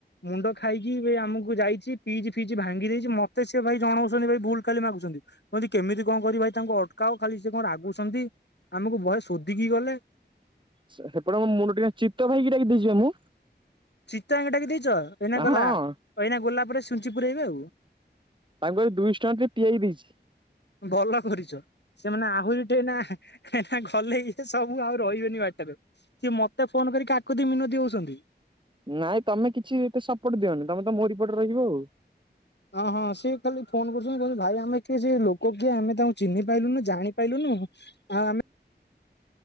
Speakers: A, on the left; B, on the right.
A: ମୁଣ୍ଡ ଖାଇକି ଏ ଆମକୁ ଯାଇଛି ପିଜି ଫିଜି ଭାଙ୍ଗି ଦେଇଛି ମତେ ସି ଭାଇ ଜଣଉଛନ୍ତି ଭାଇ ଭୁଲ ଖାଲି ମାଗୁ କୁଅନ୍ତି କେମିତି। କଣ କରିବ ଭାଇ ତାଙ୍କୁ ଅଟକାଅ ଖାଲି ସେ କଁ ରାଗୁଛନ୍ତି ଆମକୁ ବହେ ଶୋଧିକି ଗଲେ।
B: ସେ ସେପଟେ ମୋ ମୁଣ୍ଡ ଟିକେ ଚିତ୍ତ ଭାଇକି ଡାକି ଦେଇଚି ବା ମୁଁ।
A: ଚତା ଆଙ୍ଗ ଟାକି ଦେଇଛ ଏଇନା ଗଲା
B: ହଁ
A: ଏଇନା ଗଲା ପରେ ସୁଞ୍ଚି ପୁରାଇବେ ଆଉ।
B: ତାଙ୍କୁ ବୋଧେ ଦୁଇଶ ଟଙ୍କରେ ଟିକେ ପିଆଇ ଦେଇଛି।
A: ଭଲ କରିଛ ସେମାନେ ଆହୁରି ଟି ଏନା। ଗଲେ ଇଏ ସବୁ ଆଉ ରହିବେନି ବା। ସିଏ ମତେ ଫୋନ କରିକି କାକୁଦ ମିନୋତି ହଉଛନ୍ତି।
B: ନାଇଁ ତମେ କିଛି ଏତେ ସପୋର୍ଟ ଦିଅନି ତମେ ତ ମୋ ରି ପଟେ ରହିବ ଆଉ।
A: ଅଁ ହଁ ସିଏ କାଲି ଫୋନ କରୁଛନ୍ତି କହୁଛନ୍ତି ଭାଇ ଆମେ କିଏ ସେ ଲୋ କ କିଏ ଆମେ ତାଙ୍କୁ ଚିହ୍ନି ପାଇଲୁନୁ ଜାଣି ପାଇଲୁନୁ ଆଉ ଆମେ।